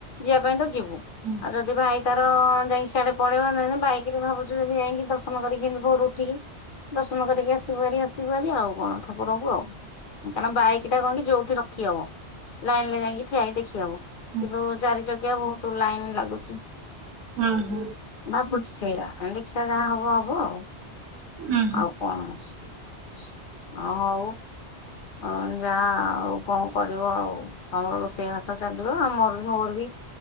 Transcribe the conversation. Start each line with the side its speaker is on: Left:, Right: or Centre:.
Left: ଯିବା ପାଇଁ ତ ଯିବୁ।
Right: ହୁଁ
Left: ଆଉ ଯଦି ଭାଇ ତାର ଯାଇକିସିଆଡେ ପଳେଇବ ନଲେ ବାଇକ ରେ ଭାବୁଚୁ ଯେମିତି ଯାଇକି ଦର୍ଶନ କରିକିମିତି ଭୋରୁ ଉଠିକି। ଦର୍ଶନ କରିକି ଆସିବୁହାରି ଆସିବୁହାରି ଆଉ କଣ ଠାକୁରଙ୍କୁ ଆଉ। କାରଣ ବାଇକି ଟା କଣ କିି ଯୋଉଠି ରଖି ହବ ଲାଇନ ରେ ଯାଇକି ଠିଆଇ ଦେଖି ହବ।
Right: ହୁଁ
Left: କିନ୍ତୁ ଚାରି ଚକିଆ ବୋହୁତ ଲାଇନ ଲାଗୁଚି।
Right: ହୁଁ ହୁଁ
Left: ଭାବୁଛି ସେଇରା ଦେଖିବା ଯାହା ହବ ହବ ଆଉ।
Right: ହୁଁ
Left: ଆଉ କଣ ଅସୁବିଧା ଅଛି ହଁ ହଉ। ହଁ ଯା ଆଉ କଣ କରିବ ଆଉ। ତମର ରୋଷେଇ ବାଷ ଚାଲିବ ଆମର ବି ମୋର ବି